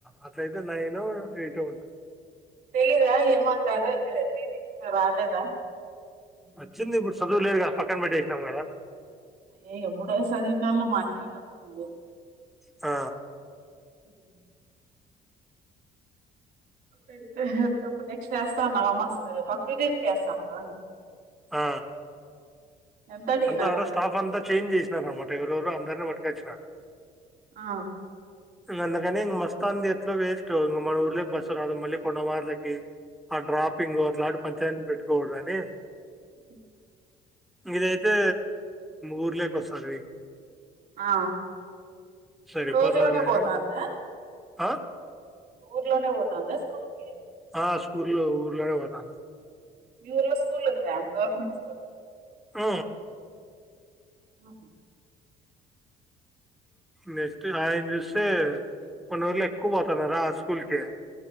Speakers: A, in the centre; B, on the right (about 60°).
A: అట్లయితే నైన్ ఎయిట్ ఉంటుంది
B: తెలీదా ఏం అంటారో తే టిటిసీతా రాలేదా
A: వచ్చింది ఇప్పుడు చదువు లేదు కదా పక్కన పెట్టెసినం కదా
B: అయ్యొయ్యో ఎంబుడే చవింది అల్లా మాకే కట్టుకుంది
A: ఆ
B: అ అయితేప్పుడు నెక్స్ట్ వేస్తాన్నావా మస్ పకృ దీనికి వేస్తానవా
A: ఆ
B: ఎంత అడిగినారు
A: అంతా అక్కడ
B: ఫీజు
A: స్టాఫ్ అంతా చేంజ్ చేసినారు అనమాట ఎవరెవరు అందరిని పట్టుకొచ్చినారు
B: ఆ
A: ఇంగా అందుకనే ఇంగా మస్తాది ఎట్లా వెస్ట్ ఇక మన ఊర్లే బస్ రాదు మళ్ళీ కొండ వాళ్లకి ఆ డ్రాపింగ్ అట్లాంటి పంచాయతీ పెట్టుకోకూడదు అని
B: ఉ
A: ఇదైతే ఊర్లేకె వస్తాది
B: ఆ
A: సరిపోతుంది
B: ఇప్పుడు ఊరులోనే
A: అని
B: పోతందా
A: ఆ
B: ఊర్లోనే పోతాందా స్కూల్ కే
A: ఆ స్కూల్ లో ఊరులేవు ఆటా
B: మీ ఊరులో స్కూల్ ఉందా గవర్నమెంట్ స్కూల్
A: ఉ
B: ఆహా
A: నెక్స్ట్ ఆయన చూస్తే, మన ఊరిలో ఎక్కువ పోతున్నారా స్కూల్ కి